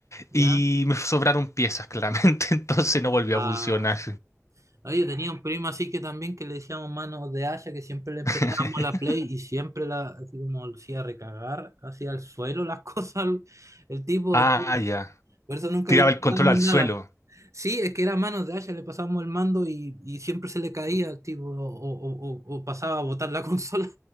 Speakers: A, on the right; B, on the left.
A: ya.
B: Y me sobraron piezas, claramente, <laughs> entonces no volvió
A: Ah.
B: a funcionar.
A: No, yo tenía un primo así que también que le decíamos manos de haya, que siempre le empezábamos
B: <laughs>
A: la play y siempre la, así como lo hacía recagar, hacía al suelo las <laughs> cosas, el, el tipo,
B: Ah,
A: así,
B: ya.
A: por eso nunca
B: Tiraba
A: le empezábamos
B: el control al
A: nada.
B: suelo.
A: Sí, es que era manos de haya, le pasábamos el mando y, y siempre se le caía al tipo, o, o- o- o pasaba a botar la consola.